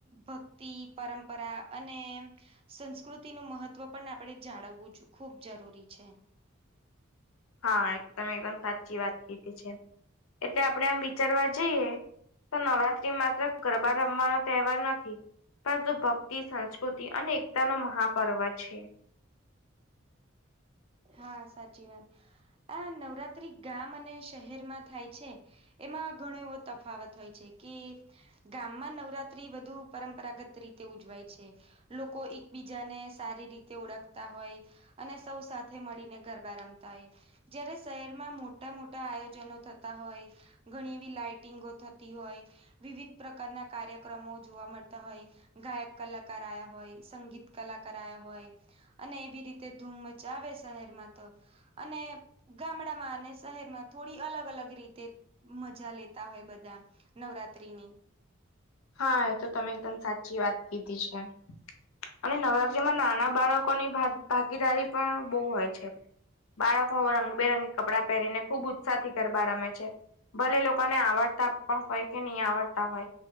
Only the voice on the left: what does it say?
હા તમે એકદમ સાચી વાત કીધી છે એટલે આપડે આમ વિચરવા જઈએ તો નવરાત્રી માત્ર ગરબા રમવાનો તહેવાર નથી. પણંતુ ભક્તિ સંસ્કૃતિ અને એકતા નો મહાપર્વ છે.
હા એ તો તમે એકદમ સાચી વાત કીધી છે. અને નવરાત્ર્રીમાં નાના બાળકોની ભાગીદારી પણ બહુ હોય છે. બાળકો રંગબેરંગી કપડાં પહેરીને ખુબ ઉત્સાહથી ગરબા રમે છે ભલે એ લોકોને આવડતા પણ હોય કે નહી આવડતા હોય